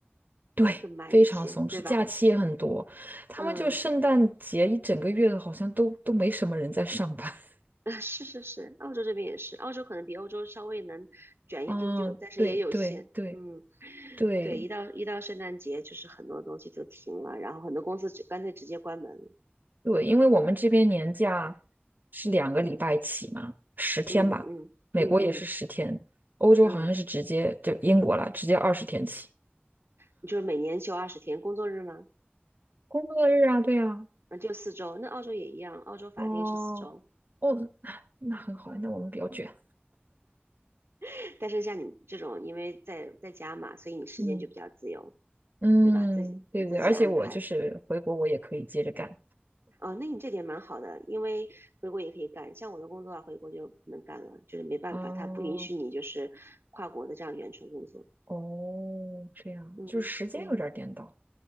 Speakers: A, on the right (about 50°); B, on the right (about 85°).
A: 对，
B: 更慢一些，
A: 非常松弛，
B: 对吧？
A: 假期也很多，他们就圣诞节一整个月好像都都没什么人在上班。
B: 嗯，
A: <laughs>
B: <laughs> 是是是，澳洲这边也是，澳洲可能比欧洲稍微能卷一丢丢，
A: 啊，
B: 但是也有限。
A: 对对对
B: 嗯，
A: 对
B: 对，一到一到圣诞节，就是很多东西就停了，然后很多公司直干脆直接关门了
A: 对，因为我们这边年假是两个礼拜起嘛，
B: 嗯
A: 十天吧，
B: 嗯嗯嗯嗯
A: 美国也是十天，欧洲好像是直接就英国了，
B: 嗯，
A: 直接二十天起。
B: 你就是每年休二十天工作日吗？
A: 工作日啊，对啊，
B: 嗯，就四周。那澳洲也一样，澳洲法定是四周。
A: 哦，哦，那那很好，那我们比较卷。
B: <laughs> 但是像你这种，因为在在家嘛，所以你时间就比较自由，
A: 嗯嗯，
B: 对吧？自己你自己安排。
A: 对对，而且我就是回国，我也可以接着干。
B: 哦，那你这点蛮好的，因为回国也可以干。像我的工作啊，回国就不能干了，就是没办法，
A: 哦
B: 他不允许你就是跨国的这样远程工作。
A: 哦，这样就是时间有点儿颠倒。
B: 嗯，对，